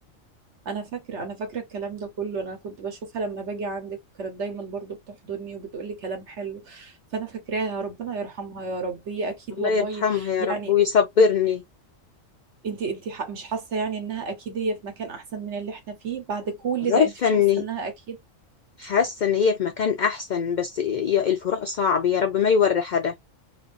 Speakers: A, on the right; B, on the left.
A: انا فاكره انا فاكره الكلام ده كله انا كنت بشوفها لما باجي عندك وكانت دايما برضو بتحضني وبتقولي كلام حلو فانا فاكراها ربنا يرحمها يا رب هي اكيد
B: الله
A: والله
B: يرحمها يا
A: يعني
B: رب ويصبرني
A: انت انت ح- مش حاسه يعني انها اكيد هي في مكان احسن من اللي احنا فيه بعد كل
B: عارفة
A: ده انت مش
B: ان
A: حاسه انها اكيد
B: حاسة ان هي في مكان احسن بس يا- الفراق صعب يا رب ما يوري حدا